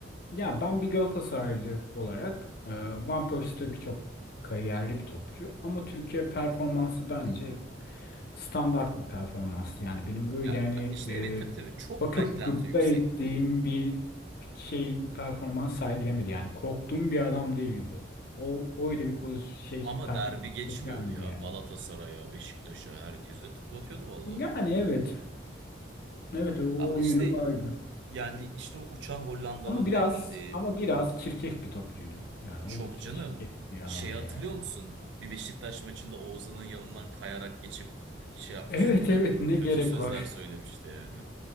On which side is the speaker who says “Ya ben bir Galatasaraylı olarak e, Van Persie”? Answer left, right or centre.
Left